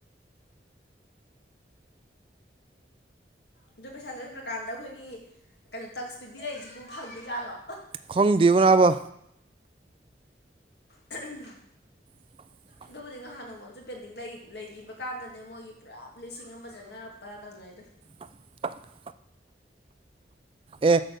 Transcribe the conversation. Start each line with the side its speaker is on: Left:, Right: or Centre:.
Left: ꯑꯗꯨ ꯄꯩꯁꯥ ꯆꯪꯗ꯭ꯔꯀꯥꯟꯗ ꯑꯩꯈꯣꯏꯒꯤ ꯀꯩꯅꯣ ꯇꯛꯁ ꯄꯤꯕꯤꯔꯛꯏꯁꯤꯕꯨ ꯐꯪꯗꯦꯖꯥꯠꯂꯣ
Right: ꯈꯪꯗꯕꯅ ꯑꯕ
Left: ꯎꯝ
Right: <inaudible>
Left: ꯑꯗꯨꯕꯨꯗꯤ ꯅꯍꯥꯟ ꯅꯣꯡꯃꯝꯨ ꯄꯦꯟꯇꯤꯡ ꯂꯩꯈꯤꯕ ꯀꯥꯟꯗꯅꯦ ꯃꯣꯏꯒꯤ ꯄꯨꯔꯞ ꯂꯤꯁꯤꯡ ꯑꯃ ꯆꯪꯅꯔꯛꯄ ꯇꯧꯅꯩꯗꯣ
Right: <inaudible> ꯑꯦ